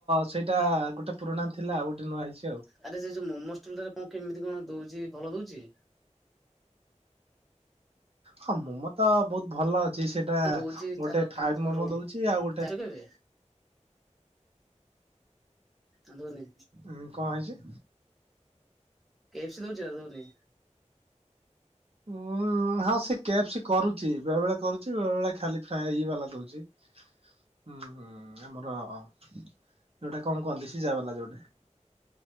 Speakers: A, on the right; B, in the centre.
A: ସେଇଟା ଗୋଟେ ପୁରୁଣା ଥିଲା ଆଉ ଗୋଟେ ନୂଆ ହେଇଛି ଆଉ।
B: ଆରେ ସେ ଯୋଉ ମୋମୋ ଷ୍ଟଲଟାରେ ରେ କଣ କେମିତି କଣ ଦଉଛି ଭଲ ଦଉଛି?
A: ହଁ ମୋମୋ ତ ବହୁତ ଭଲ ଅଛି ସେଇଟା
B: କଣ ଦଉଛି ତାର
A: ଗୋଟେ
B: କେମିତି
A: ଫ୍ରାଇଡ
B: କଣ
A: ମୋମୋ
B: ରହୁଛି
A: ଦଉଛି ଆଉ ଗୋଟେ
B: ଯାଇଛ କେବେ ଆ ଧନି
A: ଉଁ କଣ ହେଇଛି?
B: କେସ୍‌ ଦଉଛି ନା ଦଉନି?
A: <unintelligible> ହଁ ସେ କେଫସି କରୁଛି ବେଳେ ବେଳେ କରୁଛି ବେଳେ ବେଳେ ଖାଲି ଫ୍ରାଇ ଏ ବାଲା ଦଉଛି। ହୁଁ ହୁଁ ଆମର ଯୋଉଟା କଣ କୁହନ୍ତି ସିଝା ବାଲା ଯୋଉଟା?